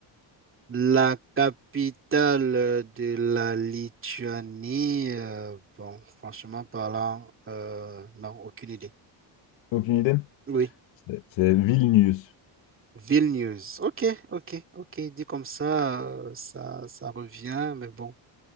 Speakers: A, on the right (about 25°); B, on the left (about 80°).
A: La capitale euh, de la Lituanie, euh, bon, franchement parlant, euh, non, aucune idée.
B: Aucune idée?
A: Oui,
B: C'est c'est Vilnius,
A: Vilnius. Ok, ok, ok, dit comme ça, euh, ça, ça revient, mais bon,